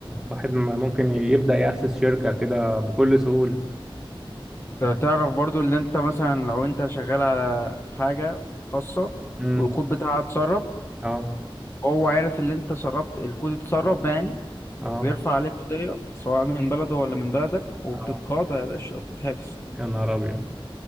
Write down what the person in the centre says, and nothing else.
واحد م- ممكن يبدأ يأسس شركة كده بكل سهولة
امم
اه
اه
اه
يا نهار ابيض